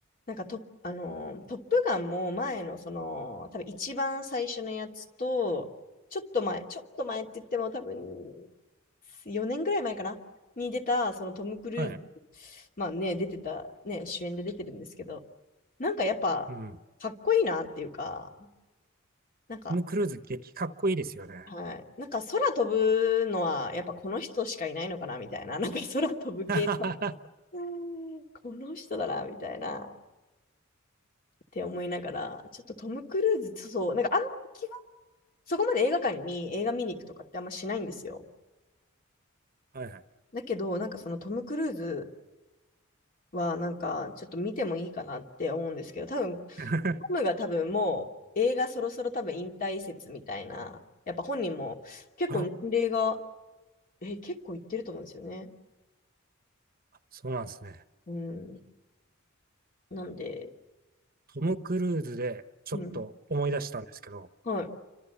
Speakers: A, on the left (about 45°); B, on the right (about 45°).
A: なんかト、あのー、トップガンも前のその、多分一番最初のやつと、ちょっと前、ちょっと前って言っても多分4年ぐらい前かなに出た、そのトム・クルーズ、
B: はい。
A: まあね、出てた、ね、主演で出てるんですけど、なんかやっぱ、
B: うん。
A: かっこいいなっていうか、なんか、
B: トム・クルーズ激かっこいいですよね。
A: はい。なんか空飛ぶのは、やっぱこの人しかいないのかなみたいな、なんか空飛ぶ系、
B: <laughs> は
A: <laughs> うんこの人だなみたいな。って思いながら、ちょっとトム・クルーズ、そうそう、なんかあんま基そこまで映画館に映画見に行くとかってあんましないんですよ。
B: いはい。
A: だけど、なんかそのトム・クルーズは、なんかちょっと見てもいいかなって思うんですけど、多分、
B: <laughs>
A: トムが多分もう映画そろそろ多分引退説みたいな、やっぱ本人も結構年齢が、
B: あら、
A: え、結構いってると思うんですよね。
B: そうなんですね。
A: うん。なんで、
B: トム・クルーズでちょっと思い出したんですけど、
A: うん。は